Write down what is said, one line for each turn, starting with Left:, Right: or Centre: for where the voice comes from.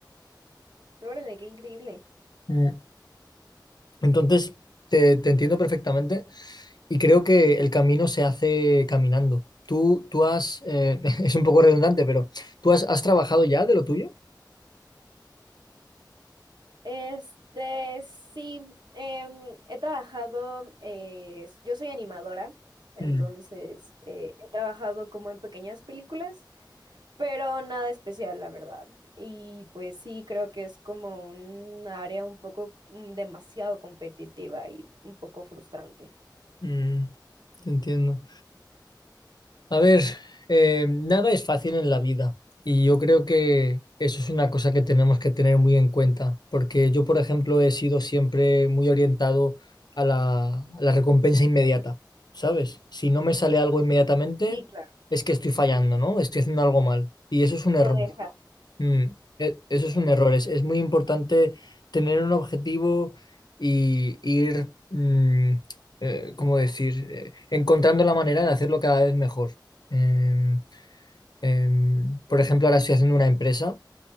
Right: órale, qué increíble.
Left: Mm. Entonces, te, te entiendo perfectamente y creo que el camino se hace caminando. Tú, tú has, eh, <laughs> es un poco redundante, pero ¿tú has, has trabajado ya de lo tuyo?
Right: Este, sí, em, he trabajado, eh, yo soy animadora, entonces
Left: Mm,
Right: eh, he trabajado como en pequeñas películas, pero nada especial, la verdad. Y pues sí, creo que es como un área un poco mm, demasiado competitiva y un poco frustrante.
Left: mm, te entiendo. A ver, eh, nada es fácil en la vida y yo creo que eso es una cosa que tenemos que tener muy en cuenta, porque yo, por ejemplo, he sido siempre muy orientado a la, a la recompensa inmediata, ¿sabes? Si no me sale algo inmediatamente,
Right: Sí, claro.
Left: es que estoy fallando, ¿no? Estoy haciendo algo mal y eso es un error.
Right: Lo deja.
Left: Mm, e- eso es
Right: ¿no?
Left: un error.
Right: Sí,
Left: Es, es muy importante tener un objetivo y ir, mm, eh, ¿cómo decir? Eh, encontrando la manera de hacerlo cada vez mejor. Em, em, por ejemplo, ahora estoy haciendo una empresa